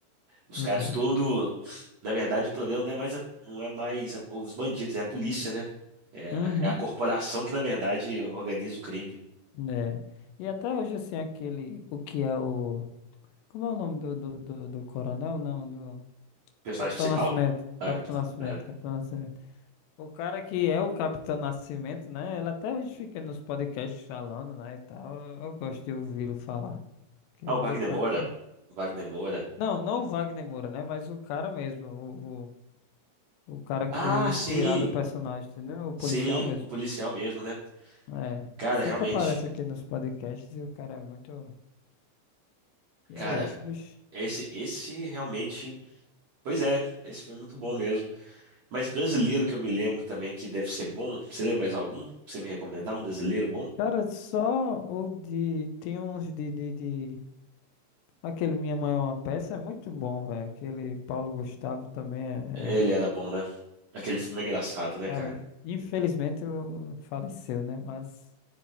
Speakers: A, on the right; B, on the left.
A: Os
B: exato.
A: caras todo. Na verdade, o problema não é mais, a- não é mais a- os bandidos, é a polícia, né? É,
B: Uhum,
A: é a corporação que, na verdade, organiza o crime. O
B: né? E até hoje, assim, aquele, o que é o... Como é o nome do, do, do, do coronel? Não, do...
A: personagem
B: Capitão
A: principal?
B: Nascimento.
A: Ah,
B: Capitão
A: capitão.
B: Nascimento,
A: é,
B: Capitão Nascimento. O cara que é o Capitão Nascimento, né? Ele até hoje fica nos podcasts falando, né, e tal. Eu, eu gosto de ouvi-lo falar. Que
A: Ah,
B: ele,
A: o Wagner
B: de fato...
A: Moura. O Wagner Moura.
B: Não, não o Wagner Moura, né? Mas o cara mesmo, o, o, o cara que
A: Ah,
B: foi inspirado
A: sim,
B: o personagem, entendeu? O policial
A: sim,
B: mesmo.
A: o policial mesmo, né?
B: É,
A: Cara,
B: sempre
A: realmente,
B: aparece aqui nos podcasts e o cara é muito. E
A: cara,
B: é isso, bicho.
A: esse, esse realmente, pois é, esse foi muito bom mesmo. Mas brasileiro que eu me lembro também que deve ser bom, você lembra mais algum? Pra Você me recomendar um brasileiro bom?
B: Cara, só o de. Tem uns de, de, de- Aquele Minha Mãe é uma Peça é muito bom, velho. Aquele Paulo Gustavo também é.
A: Ele
B: é-
A: era bom, né? Aquele filme é engraçado, né,
B: Cara,
A: cara?
B: infelizmente o- faleceu, né? Mas